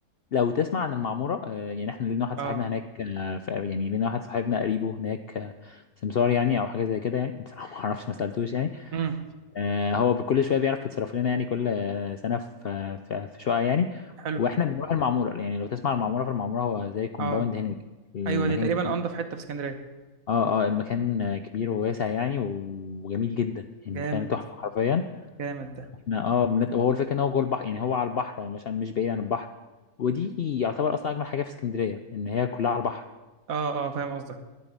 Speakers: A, on the left; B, on the right.
A: لو تسمع عن المعمورة آه، يعني احنا لينا واحد
B: اه
A: صاحبنا هناك آه، ف- يعني لينا واحد صاحبنا قريبه هناك آه، سمسار يعني او حاجة زي كده يعني بصراحة ما اعرفش ما سألتوش يعني
B: امم
A: آه، هو بكل شوية بيعرف يتصرف لنا يعني كل آه، سنة في في في شقة يعني
B: حلو
A: واحنا بنروح المعمورة يعني لو تسمع عن المعمورة فالمعمورة هو زي كومباوند
B: اه
A: هناك المكان
B: ايوه دي تقريبا
A: كبير
B: انضف حته في اسكندريه
A: اه اه المكان آه، كبير وواسع يعني وجميل جدا يعني
B: جامد
A: انت فاهم تحفة حرفيا
B: جامد ده
A: احنا اه بنت... وهو الفكره ان هو جوه البحر يعني هو على البحر هو مش مش بعيد عن البحر ودي يعتبر اصلا اجمل حاجه في اسكندريه ان هي كلها على البحر
B: اه اه فاهم قصدك